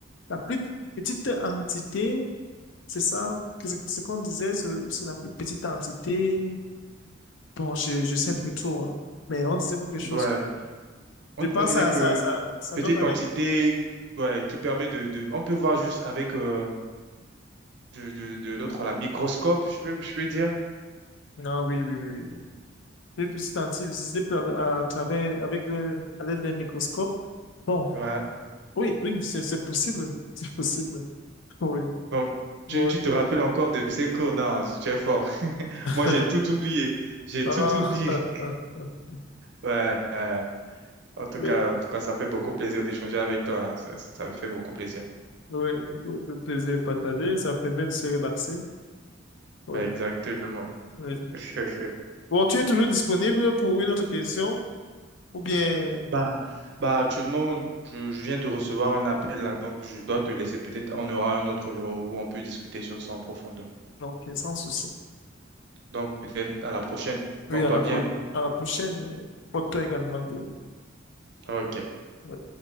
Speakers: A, on the left (about 75°); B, on the right (about 60°).
A: la plus petite entité, c'est ça, que c'est ce qu'on disait, c'est c'est la plus petite entité. Bon, je, je sais plus trop, hein. Mais on disait quelque chose.
B: Ouais. On,
A: Je pense
B: on disait
A: que ça,
B: que
A: ça, ça, ça
B: petite
A: donne avec.
B: entité ouais, qui permet de, de- On peut voir juste avec euh, de, de- de l'autre, la microscope, je peux, je peux dire.
A: Ah oui, oui, oui, oui. Plus petite entité visible à, à travers, avec le, à l'aide d'un microscope. Bon.
B: Ouais.
A: Oui, oui, c'est c'est possible. <laughs> C'est possible. Oui,
B: Bon, tu,
A: oui.
B: tu te rappelles encore de ces cours? Non, tu es fort. <laughs> Moi,
A: oui.
B: j'ai tout oublié. J'ai
A: Ah,
B: tout oublié.
A: <laughs>
B: <laughs> Ouais, euh, en tout
A: oui,
B: cas, en tout cas, ça fait beaucoup plaisir d'échanger avec toi. Ça, ça me fait beaucoup plaisir.
A: oui, le plaisir est partagé, ça permet de se relaxer. Oui,
B: Ouais, exactement.
A: oui.
B: <laughs>
A: Bon, tu es toujours disponible pour une autre question ou bien...
B: Bah, bah, actuellement, je, je viens de recevoir un appel là, donc je dois te laisser. Peut-être on aura un autre jour où on peut discuter sur ça en profondeur.
A: Ok, sans souci.
B: Donc, peut-être à la prochaine.
A: Oui,
B: Porte-toi
A: à la,
B: bien.
A: pro- à la prochaine. Porte-toi également bien.
B: Ok.
A: Oui.